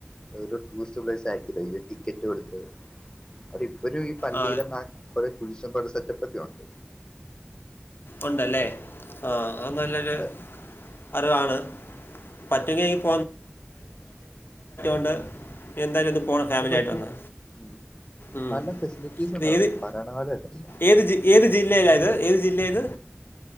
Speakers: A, on the left; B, on the left.
A: ഒരു ടൂറിസ്റ്റ് പ്ലേസ് ആക്കിതാ ഈ ഒരുടിക്കറ്റ് കൊടുത്ത് അത് ഇപ്പൊര് ഈ പല്ലീടെ
B: ആ
A: ന്ന കൊറേ കുരിശും പ സെറ്റപ്പാെക്കെ ഒണ്ട്
B: ഉണ്ടല്ലേ ആഹ് അത് നല്ലൊരു
A: അവിടെ
B: അറിവാണ് പറ്റുമെങ്കിൽ എനിക്ക് ഉണ്ട് എന്തായാലും ഒന്ന് പോണം ഫാമിലിആയിട്ട്
A: അത് പറ്റും
B: ഒന്ന്
A: ഉം.
B: മ്മ്
A: നല്ല ഫെസിലിറ്റീസ് ഉണ്ട് അവിടെ
B: ഇത് ഏത്
A: ഈ ഭരണകാലമല്ലേ
B: ഏത് ജീ ഏത് ജില്ലയിയില ഇത് ഏത് ജില്ല ഇത്